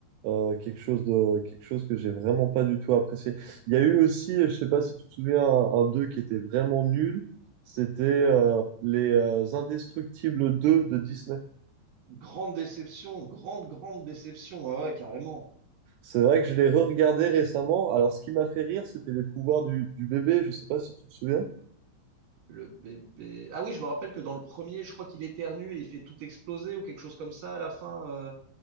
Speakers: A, on the right; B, on the right.
A: euh, quelque chose de, quelque chose que j'ai vraiment pas du tout apprécié. Il y a eu aussi, je sais pas si tu te souviens, un, un 2 qui était vraiment nul. C'était euh, les euh, Indestructibles deux de Disney.
B: Grande déception, grande grande déception. Ouais, ouais, carrément.
A: C'est vrai que je l'ai re-regardé récemment. Alors, ce qui m'a fait rire, c'était les pouvoirs du, du bébé. Je sais pas si tu te souviens.
B: Le bébé. Ah oui, je me rappelle que dans le premier, je crois qu'il éternue et il fait tout exploser ou quelque chose comme ça à la fin. euh.